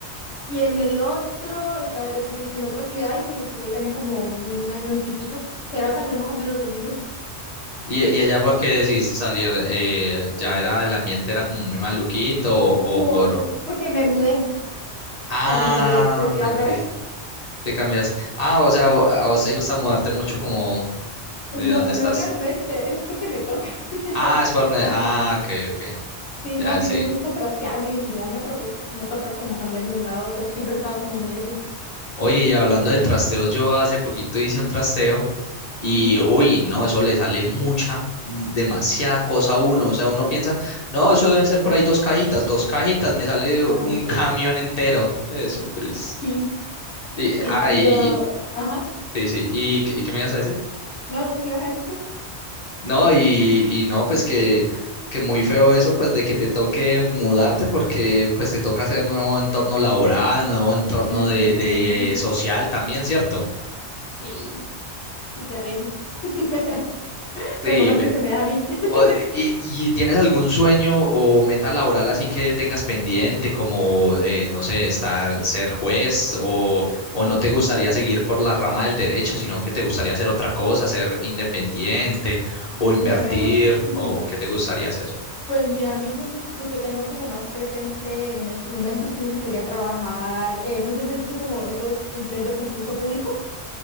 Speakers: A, on the left; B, on the left.
A: Y en el otro, estaba yo también en otra ciudad y pues estuve ahí también como un año y piquito, que era también más o menos lo mismo,
B: ¿Y, y allá por qué decidiste salir? Eh, ¿ya era el ambiente era como muy maluquito o, o
A: por,
B: por...
A: porque me mudé, o
B: Ah,
A: sea, me cambié de ciudad
B: ok,
A: otra vez. <laughs>
B: te cambias. Ah, o sea, vo- a vos te gusta mudarte mucho como de
A: No,
B: dónde
A: no
B: estás.
A: realmente, es porque me toca. <laughs>
B: Ah, es por... ne-
A: A
B: Ah,
A: mí-
B: ok, ok,
A: sí,
B: ya
A: no, a mí
B: sí.
A: no me gusta trastearme ni mudarme, pero pues me toca como cambiarme de un lado a otro, siempre estaba como muy así.
B: Oye, y hablando de trasteos, yo hace poquito hice un trasteo y,
A: Ujú,
B: uy, no, eso le sale mucha, mm, demasiada cosa a uno. O sea, uno piensa, no, eso deben ser por ahí dos cajitas, dos cajitas, me sale
A: Horrible.
B: un camión entero. Eso, Cris.
A: Sí,
B: Y,
A: sí,
B: ah,
A: yo,
B: y, y-
A: ajá,
B: sí, sí, ¿y, qué y qué me ibas a decir?
A: no, no, ¿qué ibas a decir tú?
B: No, y, y no, pues que, que muy feo eso, pues de que te toque mudarte porque pues te toca hacer nuevo entorno laboral, nuevo entorno
A: Ujú,
B: de, de social también, ¿cierto?
A: Sí, sí, terrible. <laughs>
B: Sí,
A: Con lo mal que se me da a mí. <laughs>
B: O- y, y tienes algún sueño o meta laboral así que tengas pendiente, como, eh, no sé, estar, ser juez o, o
A: Ok.
B: no te gustaría seguir por la rama del derecho, sino que te gustaría hacer otra cosa, ser independiente o
A: No,
B: invertir
A: no, no. <laughs>
B: o qué te gustaría hacer?
A: Pues mira, a mí me gusta, lo que tengo como más presente en este momento es que me gustaría trabajar, eh, no sé si has visto como esos empleos de concurso público.